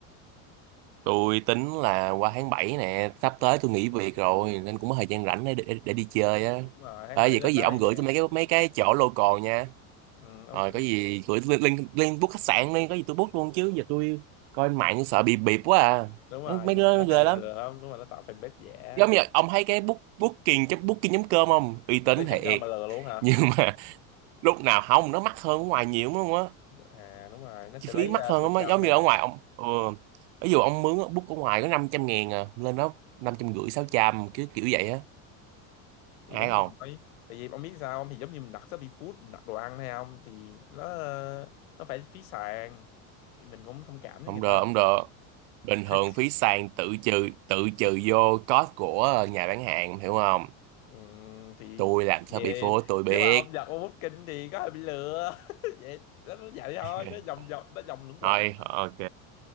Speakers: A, on the right; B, on the left.
A: tôi tính là qua tháng bảy nè sắp tới tôi nghỉ việc rồi nên cũng có thời gian rảnh để, để, để đi chơi á
B: đúng rồi tháng
A: à,
B: 7
A: vậy
B: lên
A: có gì
B: đó
A: ông
B: thì
A: gửi
B: đẹp
A: tôi mấy cái mấy cái chỗ local nha
B: ừ, ok
A: rồi có gì gửi lên lên lên book khách sạn đi có gì tôi book luôn chứ giờ tôi coi trên mạng sợ bị bịp quá à
B: đúng rồi
A: mấy mấy
B: giờ
A: đứa
B: này nó
A: nó ghê
B: hay lừa
A: lắm
B: lắm đúng rồi nó tạo fanpage giả
A: giống như ông thấy cái book booking cái booking.com không uy tín
B: có tiền
A: thiệt
B: chấm cơm mà lừa luôn hả
A: nhưng mà <laughs> lúc nào không nó mắc hơn ở ngoài nhiều đúng không á
B: à đúng rồi nó sẽ
A: chi phí
B: lấy
A: mắc
B: ờ,
A: hơn
B: phần
A: lắm á
B: trăm
A: giống
B: mà
A: như ở ngoài ông ừ, ví dụ ông mướn á, book ở ngoài có năm trăm ngàn à lên đó năm trăm rưỡi sáu trăm cứ kiểu vậy á
B: thì
A: ai
B: đúng
A: không
B: rồi tại vì ông biết sao không thì giống như mình đặt Shopee Food mình đặt đồ ăn hay không thì nó ờ, nó phải phí sàn thì mình cũng thông cảm với
A: không
B: người
A: được
B: ta
A: không được
B: được
A: bình
B: <laughs>
A: thường phí sàn tự trừ tự trừ vô cost của nhà bán hàng hiểu không
B: Ừm, thì
A: tôi làm sao
B: về
A: bị phố tôi biết
B: nếu mà ông giật ông bút thì có hơi bị lừa <laughs> vậy đó nó vậy thôi
A: <laughs>
B: nó vòng vòng nó vòng luẩn quẩn
A: thôi ok